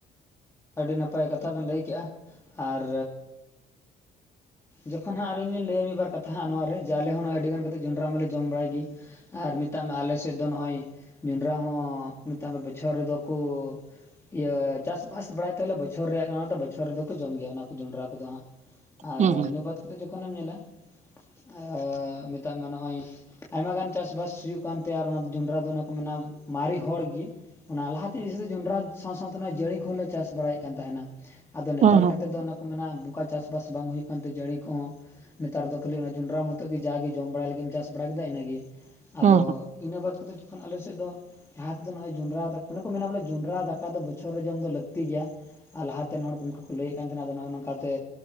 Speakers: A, on the left; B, on the right.
A: ᱟᱹᱰᱤ ᱱᱟᱯᱟᱭ ᱠᱟᱛᱷᱟ ᱵᱮᱱ ᱞᱟᱹᱭ ᱠᱮᱜᱼᱟ, ᱟᱨᱻ ᱡᱚᱠᱷᱚᱱ ᱦᱟᱸᱜ ᱟᱹᱞᱤᱧ ᱞᱤᱧ ᱞᱟᱹᱭᱟ ᱢᱤᱫ ᱵᱟᱨ ᱠᱟᱛᱷᱟ ᱦᱟᱸᱜ ᱱᱚᱣᱟ ᱨᱮ ᱡᱮ, ᱟᱞᱮ ᱦᱚᱸ ᱱᱚᱜ-ᱚᱭ ᱟᱹᱰᱤ ᱜᱟᱱ ᱠᱟᱛᱮᱫ ᱡᱚᱸᱰᱨᱟ ᱢᱟᱞᱮ ᱡᱚᱢ ᱵᱟᱲᱟᱭ ᱜᱤ ᱟᱨ ᱢᱮᱛᱟᱜ ᱢᱮ ᱟᱞᱮ ᱥᱮᱫ ᱫᱚ ᱱᱚᱜᱼᱚᱭ ᱡᱚᱸᱰᱨᱟ ᱦᱚᱸ ᱢᱮᱛᱟᱜ ᱢᱮ ᱵᱚᱪᱷᱚᱨ ᱨᱮᱫᱚ ᱠᱚ ᱤᱭᱟᱹ ᱪᱟᱥᱼᱵᱟᱥ ᱵᱟᱲᱟᱭ ᱛᱚᱞᱮ ᱵᱚᱪᱷᱚᱨ ᱨᱮᱭᱟᱜ ᱠᱟᱱᱟ ᱛᱚ ᱵᱚᱪᱷᱚᱨ ᱨᱮᱫᱚ ᱠᱚ ᱡᱚᱢ ᱜᱮᱭᱟ ᱚᱱᱟ ᱠᱚ ᱡᱚᱸᱰᱨᱟ ᱠᱚᱫᱚ ᱦᱟᱸᱜ ᱟᱨ
B: ᱦᱩᱸ
A: ᱤᱱᱟᱹ ᱵᱟᱛ ᱠᱟᱛᱮᱫ ᱡᱚᱠᱷᱚᱱᱮᱢ ᱧᱮᱞᱟ ᱟᱻ ᱢᱮᱛᱟᱜ ᱢᱮ ᱱᱚᱜᱼᱚᱭ ᱟᱭᱢᱟ ᱜᱟᱱ ᱪᱟᱥᱵᱟᱥ ᱦᱩᱭᱩᱜ ᱠᱟᱱ ᱛᱮ ᱟᱨ ᱚᱱᱟ ᱫᱚ ᱡᱚᱱᱰᱨᱟ ᱫᱚ ᱚᱱᱮ ᱠᱚ ᱢᱮᱱᱟ ᱢᱟᱨᱤ ᱦᱚᱲ ᱜᱤ ᱚᱱᱟ ᱞᱟᱦᱟ ᱛᱤᱥ ᱡᱚᱱᱰᱨᱟ ᱥᱟᱶ ᱥᱟᱶᱛᱮ ᱚᱱᱟ ᱡᱟᱹᱲᱤ ᱠᱚᱦᱚᱸ ᱞᱮ ᱪᱟᱥ ᱵᱟᱲᱟᱭᱮᱫ ᱠᱟᱱ ᱛᱟᱦᱮᱱᱟ᱾ ᱟᱫᱚ ᱱᱮᱛᱟᱨ
B: ᱦᱩᱸ ᱦᱩᱸ
A: ᱠᱟᱛᱮᱫ ᱫᱚ ᱚᱱᱟ ᱚᱝᱠᱟ ᱪᱟᱥᱵᱟᱥ ᱵᱟᱝ ᱦᱩᱭᱩᱜ ᱠᱟᱱ ᱛᱮ ᱡᱟᱹᱲᱤ ᱠᱚᱦᱚᱸ ᱱᱮᱛᱟᱨ ᱫᱚ ᱠᱷᱟᱹᱞᱤ ᱚᱱᱟ ᱡᱚᱸᱰᱨᱟ ᱢᱚᱛᱚ ᱜᱤ ᱡᱟ ᱜᱤ ᱡᱚᱢ ᱵᱟᱲᱟᱭ ᱞᱟᱹᱜᱤᱫ ᱮᱢ ᱪᱟᱥ ᱵᱟᱲᱟ ᱠᱮᱫᱟ ᱤᱱᱟᱹᱜᱮ᱾
B: ᱦᱩᱸ
A: ᱟᱫᱚ ᱤᱱᱟᱹ ᱵᱟᱫ ᱠᱟᱛᱮᱫ ᱡᱚᱠᱷᱚᱱ ᱟᱞᱮ ᱥᱮᱫ ᱫᱚ ᱞᱟᱦᱟ ᱛᱮ ᱫᱚ ᱱᱚᱜ-ᱚᱭ ᱡᱚᱸᱰᱨᱟ ᱫᱟᱠ ᱚᱱᱮ ᱠᱚ ᱢᱮᱱᱟ ᱵᱚᱞᱮ ᱡᱚᱸᱰᱨᱟ ᱫᱟᱠᱟ ᱫᱚ ᱵᱚᱪᱷᱚᱨ ᱨᱮ ᱡᱚᱢ ᱫᱚ ᱞᱟᱹᱠ ᱛᱤ ᱜᱮᱭᱟ, ᱟᱨ ᱞᱟᱦᱟᱛᱮᱱ ᱦᱚᱲ ᱠᱚ ᱚᱝᱠᱟ ᱠᱚ ᱞᱟᱹᱭᱮᱫ ᱠᱟᱱ ᱛᱟᱦᱮᱱᱟ ᱟᱫᱚ ᱱᱚᱜᱼᱚᱭ ᱱᱚᱝᱠᱟ ᱛᱮ